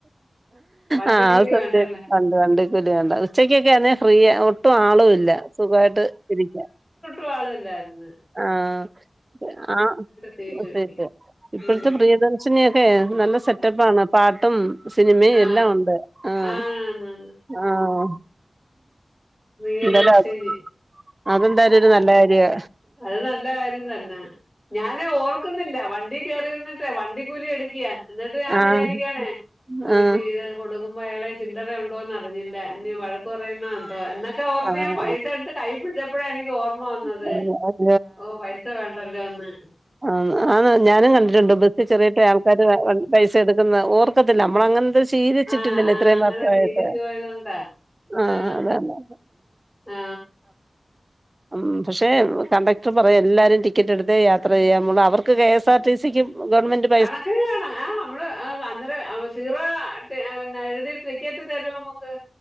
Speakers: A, on the left; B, on the right.
A: വണ്ടിക്കൂലി
B: ആഹ് അത് സത്യാ
A: വേണ്ടല്ലേ
B: അകൊണ്ട് വണ്ടിക്കൂലി വേണ്ടാ ഉച്ചക്കൊക്കെ ആണെ ഫ്രീയാ ഒ ഒട്ടും ആളും ഇല്ലാ സുഖായിട്ട് ഇരിക്കാ
A: പ്പാളില്ലായിര്ന്ന്
B: ആഹ് ആഹ്
A: സീറ്റ്
B: ഇപ്പഴ്ത്തെ
A: കിട്ടി
B: ഇപ്പഴ്ത്തെ
A: ഉം.
B: പ്രിയ പ്രിയദർശിനിയൊക്കെ നല്ല സെറ്റപ്പാണ് പാട്ടും സിനിമേം
A: ആ
B: എല്ലാ ഒണ്ട് ആഹ്
A: ആണാണ്
B: ആഹ്
A: പ്രിയദർശിനി
B: എന്തായാലും അതെന്തായാലും ഒരു നല്ല കാര്യാ
A: അത് നല്ല കാര്യം തന്നാ ഞാന് ഓർക്കുന്നില്ലാ വണ്ടി കേറിരുന്നിട്ടെ വണ്ടിക്കൂലി എടുക്കാ എന്നിട്ട് ഞാൻ
B: ആഹ്
A: വിചാരിക്കാണേ ഓഹ്
B: ആഹ്
A: ഇനി ഇത് കൊടുക്കുമ്പോ അയാളെ ചില്ലറ ഒണ്ടോന്ന് അറിഞ്ഞില്ലാ എനി വഴക്ക് പറയുന്നാ എന്തോ എന്നൊക്കെ ഓർത്ത്
B: ആഹ്
A: ഞാൻ പൈസ എടുത്ത് കൈ പിടിച്ചപ്പഴാ എനിക്ക് ഓർമ്മ വന്നത്
B: <unintelligible>
A: ഓ പൈസ വേണ്ടല്ലോ ഒന്ന്
B: ആ ആ ഞാനും കണ്ടിട്ടുണ്ട് ബ ചെറിയട്ടെ ആൾക്കാാര് പൈസ എടുക്കുന്ന ഓർ പക്കത്തില്ല നമ്മള അങ്ങന ശീലിച്ചിട്ടില്ലല്ലോ
A: ആ ആ
B: ഇത്രയും
A: അങ്ങനെ
B: മാത്രമായിട്ട്
A: ശീലിച്ചു പോയതുകൊണ്ടാ
B: ആഹ
A: ആ
B: അതന്നെ
A: ആ
B: ഉ പക്ഷെ കണ്ടക്ടർ പറയാ എല്ലാരും ടിക്കറ്റ് എടുത്ത് യാത്ര ത്ര ചെയ അവർക്ക് കെഎസ് ആർ ടി സിക്കും ഗവൺമെന്റും
A: കണക്ക്ന് ആ നമ്മള് അന്നേരം സീറോ എഴുതി <unintelligible> ടിക്കറ്റ് തരുമ നമ്മുക്ക്